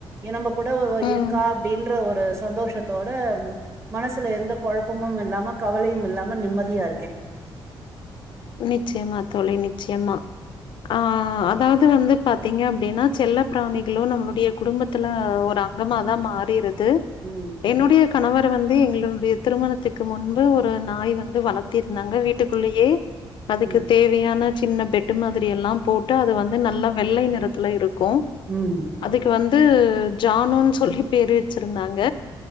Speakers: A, on the right; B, on the left.
A: எ நம்ப கூட அவ அவ
B: ம்
A: இருக்கா அப்டின்ற ஒரு சந்தோஷத்தோட மனசுல எந்த கொழப்பமும் இல்லாம கவலையும் இல்லாம நிம்மதியா இருக்கே
B: நிச்சியமா தோழி நிச்சியமா ஆ அதாவது வந்து பாத்தீங்க அப்டினா செல்ல பிராணிகளு நம்மளுடைய குடும்ப த்துல ஒரு அங்கமாதா மாறிறுது
A: ம்
B: என்னுடைய கணவர் வந்து எங்களுடைய திருமணத்துக்கு முன்பு ஒரு நாய் வந்து வளர்த்திருந்தாங்க வீட்டுக்குள்ளயே அதுக்கு
A: ம்
B: தேவையான சின்ன பெட்டு் மாதிரி எல்லா போட்டு அது வந்து நல்லா வெள்ளை நிறத்துல இருக்கு
A: ம்
B: அதுக்கு வந்து ஜானுன்னு சொல்லி பேரு வச்சிருந்தாங்க